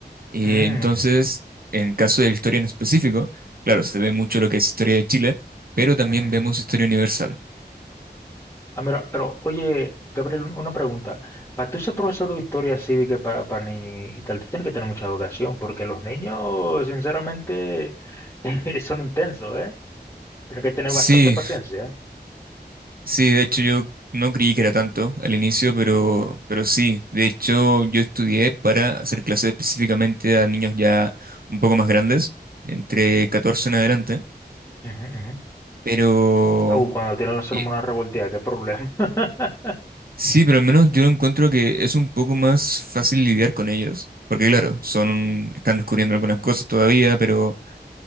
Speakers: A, on the right (about 60°); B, on the left (about 15°).
A: Eh,
B: Mm.
A: entonces, en caso de la historia en específico, claro, se ve mucho lo que es historia de Chile, pero también
B: Ujú, ujú.
A: vemos historia universal.
B: Ah, mira, pero oye, Gabriel, un- una pregunta. Para tú ser profesor de historia así de que para niños y tal, tú tienes que tener mucha vocación, porque los niños, sinceramente, <laughs> son intensos, ¿eh? Tienes que tener
A: Sí,
B: bastante paciencia.
A: Sí, de hecho yo no creí que era tanto al inicio, pero, pero sí. De hecho yo estudié para hacer clases específicamente a niños ya un poco más grandes, entre 14 en adelante.
B: ¿eh? Ujú, ujú.
A: Pero
B: Ah, uh, cuando tienen las
A: y-
B: hormonas revolteadas, qué problema. <laughs>
A: sí, pero al menos yo encuentro que es un poco más fácil lidiar con ellos. Porque claro, son, están descubriendo algunas cosas todavía, pero...